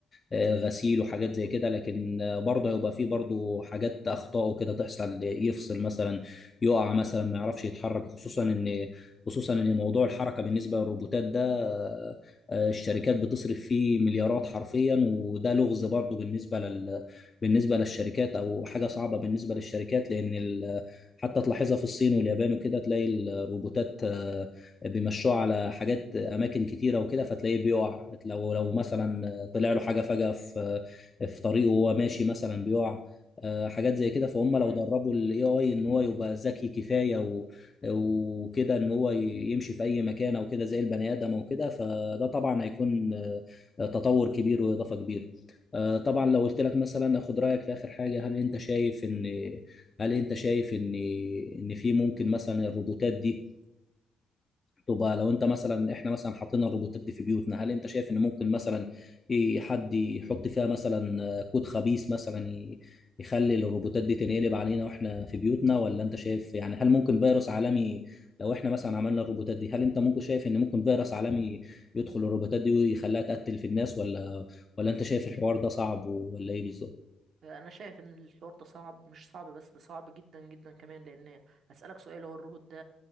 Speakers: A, on the left; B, on the right.
A: آه، غسيل وحاجات زي كده لكن آه، برضه هيبقى فيه برضه حاجات اخطاء وكده تحصل يفصل مثلا يقع مثلا ما يعرفش يتحرك خصوصا ان خصوصا ان موضوع الحركه بالنسبه للروبوتات ده آه، آه، الشركات بتصرف فيه مليارات حرفيا وده لغز برضه بالنسبه لل بالنسبه للشركات او حاجه صعبه بالنسبه للشركات لان ال... حتى تلاحظها في الصين واليابان وكده تلاقي الروبوتات آه، بيمشوها على حاجات اماكن كتيره وكده فتلاقيه بيقع لو لو مثلا طلع له حاجه فجاه في في طريقه وهو ماشي مثلا بيقع آه، حاجات زي كده فهم لو
B: ايه
A: دربوا الاي اي ان هو يبقى ذكي كفايه و- وكده ان هو ي- يمشي في اي مكان او كده زي البني ادم او كده فده طبعا هيكون آه، تطور كبير واضافه كبيره آه، طبعا لو قلت لك مثلا اخد رايك في اخر حاجه هل انت شايف ان هل انت شايف ان ان في ممكن مثلا الروبوتات دي تبقى لو انت مثلا احنا مثلا حاطين الروبوتات دي في بيوتنا هل انت شايف ان ممكن مثلا ايه حد يحط فيها مثلا آه، كود خبيث مثلا ي- يخلي الروبوتات دي تنقلب علينا واحنا في بيوتنا ولا انت شايف يعني هل ممكن فيروس عالمي لو احنا مثلا عملنا الروبوتات دي هل انت ممكن شايف ان ممكن فيروس عالمي يدخل الروبوتات دي ويخليها تقتل في الناس ولا ولا انت شايف الحوار ده صعب ولا ايه بالظبط
B: انا شايف ان الحوار ده صعب مش صعب بس ده صعب جدا جدا كمان لان هسألك سؤال هو الروبوت ده